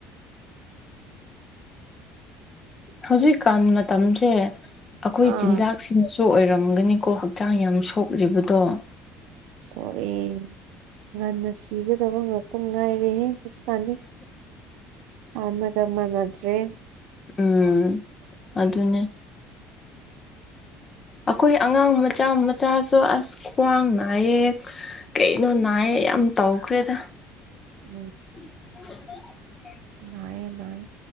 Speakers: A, on the left (about 30°); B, on the right (about 65°).
A: ꯍꯧꯖꯤꯛꯀꯥꯟ ꯃꯇꯝꯁꯦ ꯑꯩꯈꯣꯏ
B: ꯑꯥ
A: ꯆꯤꯟꯖꯥꯛ ꯁꯤꯅꯁꯨ ꯑꯣꯏꯔꯝꯒꯅꯤꯀꯣ ꯍꯛꯆꯥꯡ ꯌꯥꯝ ꯁꯣꯛꯂꯤꯕꯗꯣ
B: ꯁꯣꯛꯌꯦ ꯉꯟꯅ ꯁꯤꯒꯗꯕ ꯉꯥꯛꯇ ꯉꯥꯏꯔꯦꯍꯦ ꯀꯅꯤ ꯍ <inaudible> ꯃꯒꯃꯅꯗ꯭ꯔꯦ
A: ꯎꯝ ꯑꯗꯨꯅꯦ ꯑꯩꯈꯣꯏ ꯑꯉꯥꯡ ꯃꯆꯥ ꯃꯆꯥꯁꯨ ꯑꯁ ꯈ꯭ꯋꯥꯡ ꯅꯥꯌꯦ ꯀꯩꯅꯣ ꯅꯥꯏꯌꯦ ꯌꯥꯝ ꯇꯧꯈ꯭ꯔꯦꯗ
B: ꯎꯝ
A: <inaudible>
B: ꯅꯥꯢꯌꯦ ꯅꯥꯢꯌꯦ